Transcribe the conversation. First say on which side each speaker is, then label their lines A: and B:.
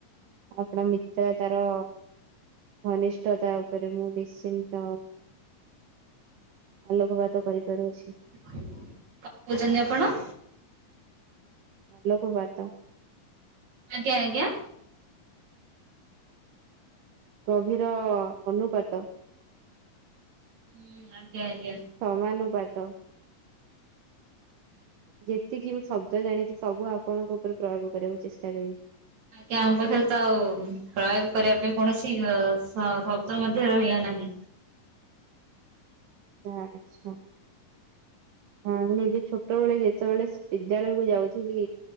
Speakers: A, on the right (about 70°); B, on the right (about 55°).
A: ଆପଣ ମିତ୍ର ତାର ଘନିଷ୍ଠତା ଉପରେ ମୁଁ ନିଶ୍ଚିନ୍ତ। ଆଲୋକପାତ କରିପାରୁଅଛି।
B: କଣ କହୁଛନ୍ତି ଆପଣ?
A: ଆଲୋକପାତ।
B: ଆଜ୍ଞା ଆଜ୍ଞା।
A: ଗଭୀର ଅନୁପାତ।
B: ହୁଁ ଆଜ୍ଞା ଆଜ୍ଞା।
A: ସମାନୁପାତ। ଯେତିକି ମୁଁ ଶବ୍ଦ ଜାଣିଛି ସବୁ ଆପଣଙ୍କ ଉପରେ ପ୍ରୟୋଗ କରିବାକୁ ଚେଷ୍ଟା କରିବି।
B: ଆଜ୍ଞା ଆମ ପାଖରେ ତ ଆଉ ପ୍ରୟୋଗ କରିବା ପାଇଁ କୌଣସି ଅ ଶବ୍ଦ ମଧ୍ୟ ରହିଲା ନାହିଁ।
A: ତା ଆଛା। ହଁ ମୁ ନିଜେ ଛୋଟ ବେଳେ ଯେତେବେଳେ ବିଦ୍ୟାଳୟକୁୁ ଯାଉଥିଲି